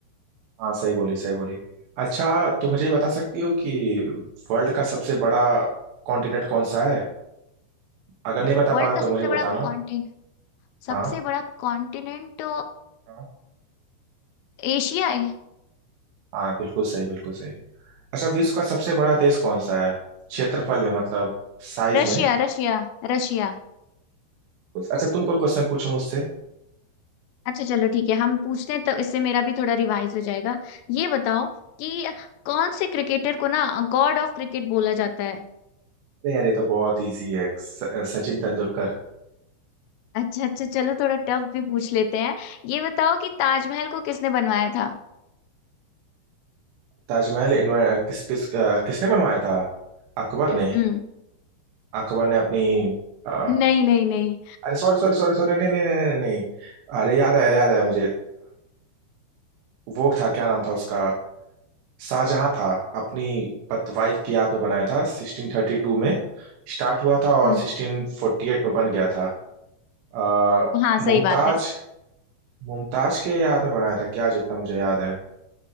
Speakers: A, on the right; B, on the left.
A: हाँ सही बोली सही बोली अच्छा तो मुझे ये बता सकती हो कि वर्ल्ड का सबसे बड़ा कॉन्टिनेंट कौन सा है अगर नहीं बता
B: वर्ल्ड
A: पाना
B: का
A: तो
B: सबसे
A: मुझे
B: बड़ा
A: बताना
B: कॉन्टिनेंट सबसे
A: हाँ
B: बड़ा कॉन्टिनेंट
A: हाँ
B: एशिया है
A: हाँ बिल्कुल सही बिल्कुल सही अच्छा विश्व का सबसे बड़ा देश कौन सा है क्षेत्रफल में मतलब साइज
B: Russia
A: में
B: Russia रशिया
A: कुछ- अच्छा तुम कोई क्वेश्चन पूछो मुझसे
B: अच्छा चलो ठीक है हम पूछते हैं तो इससे मेरा भी थोड़ा रिवाइज हो जाएगा ये बताओ कि कौन से क्रिकेटर को ना गॉड ऑफ क्रिकेट बोला जाता है
A: अरे यार ये तो बहुत इजी है स- सचिन तेंदुलकर
B: अच्छा अच्छा चलो थोड़ा टफ भी पूछ लेते हैं ये बताओ कि ताजमहल को किसने बनवाया था
A: ताजमहल इन्वा- किस किस अ, किसने बनवाया था अकबर ने
B: हम्म
A: अकबर ने अपनी अ,
B: नहीं नहीं नहीं
A: अरे सॉरी सॉरी सॉरी सॉरी नहीं नहीं नहीं नहीं नहीं नहीं। अरे याद आया याद आया मुझे वो था क्या नाम था उसका शाहजहां था अपनी पत वाइफ की याद में बनाया था 1632 में स्टार्ट हुआ था और
B: हम्म,
A: 1648 में बन गया था आ,
B: हाँ सही
A: मुमताज
B: बात है
A: मुमताज के याद में बनाया था क्या जितना मुझे याद है